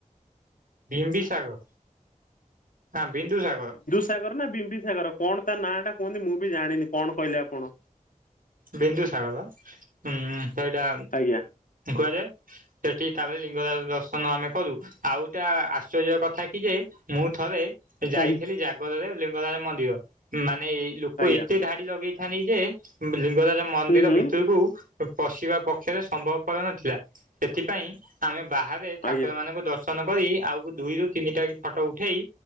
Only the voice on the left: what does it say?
ବିନ୍ଦୁ ସାଗର ନା ବିମ୍ବି ସାଗର କଣ ତା ନାଁ ଟା କୁହନ୍ତି ମୁଁ ବି ଜାଣିନି, କଣ କହିଲେ ଆପଣ?
ଆଜ୍ଞା
ଆଜ୍ଞା
ଆଜ୍ଞା
ହୁଁ ହୁଁ
ଆଜ୍ଞା